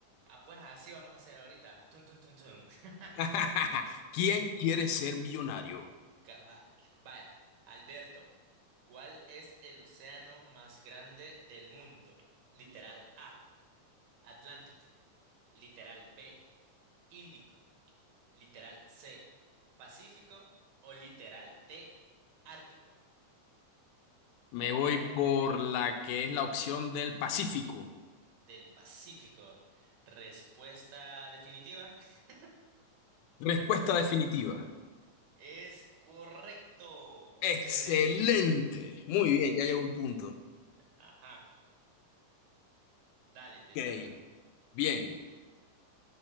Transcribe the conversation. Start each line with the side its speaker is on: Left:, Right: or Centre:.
Right: Ah, pues así vamos a hacer ahorita. Tum, tum, tum, tum. <laughs>
Left: <laughs> ¿Quién quiere ser millonario?
Right: Cabal. Vaya, Alberto, ¿cuál es el océano más grande del mundo? Literal A, Atlántico. Literal B, Índico. Literal C, Pacífico o literal D, Ártico.
Left: Me voy
Right: A ver, a
Left: por
Right: ver,
Left: la que es la opción del Pacífico.
Right: del Pacífico. Respuesta definitiva. <laughs>
Left: Respuesta definitiva.
Right: Es correcto.
Left: Excelente.
Right: Chévere.
Left: Muy bien, ya llegó un punto.
Right: Ajá. Dale, te
Left: Ok,
Right: toca.
Left: bien.